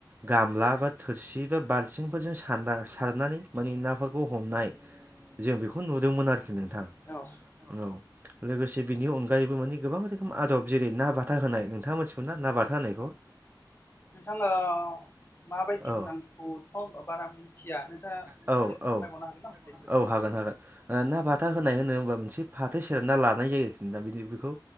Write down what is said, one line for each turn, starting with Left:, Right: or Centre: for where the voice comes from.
Right: गामला बा थोरसि बा बालथिंफोरजों सारना सारनानै माने नाफोरखौ हमनाय जों बेखौ नुदोंमोन आरोखि नोंथां
Left: औ
Right: औ लोगोसे बिनि अनग गायैबो माने गोबां रोखोम आदब जेरै ना बाथा होनाय नोंथाङा मोनथिगौ ना ना बाथा होनायखौ
Left: नोंथां ओ माबायदि
Right: औ
Left: मोन आंखौथ' बारा मिथिया नोंथाङा
Right: औ
Left: एसे फोरमायबावनो
Right: औ
Left: हागोन नामा
Right: औ हागोन हागोन ओ ना
Left: <unintelligible>
Right: बाथा होनाय होनो होनबा मोनसे फाथो सेरना लानाय जायो आरोखि दा बिदि बेखौ